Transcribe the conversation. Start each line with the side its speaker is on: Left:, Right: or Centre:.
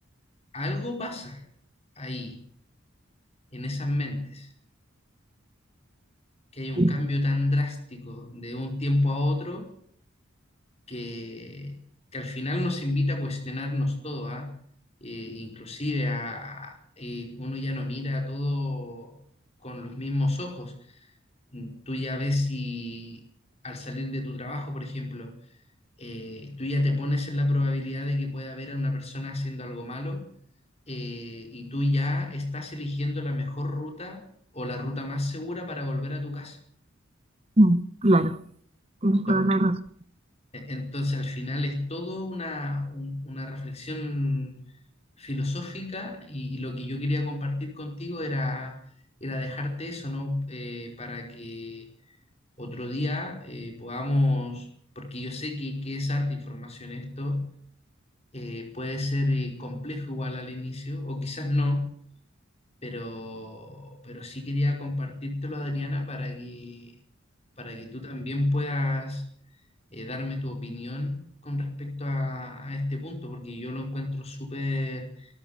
Left: algo pasa ahí, en esas mentes, que hay un
Right: Sí.
Left: cambio tan drástico de un tiempo a otro que, que al final nos invita a cuestionarnos todo, ¿ah? Eh, inclusive a, a- eh, uno ya no mira todo con los mismos ojos. Mm, Tú ya ves si al salir de tu trabajo, por ejemplo, eh, tú ya te pones en la probabilidad de que pueda haber a una persona haciendo algo malo eh, y tú ya estás eligiendo la mejor ruta o la ruta más segura para volver a tu casa.
Right: Mm, Claro, tienes
Left: Tom-
Right: toda la razón.
Left: e- Entonces al final es todo una, un- una reflexión filosófica y, y lo que yo quería compartir contigo era, era dejarte eso, ¿no? Eh, para que otro día eh, podamos, porque yo sé que, que es harta información esto eh, puede ser eh, complejo igual al inicio, o quizás no, pero, pero sí quería compartírtelo, Adriana, para que, para que tú también puedas eh, darme tu opinión con respecto a, a este punto, porque yo lo encuentro súper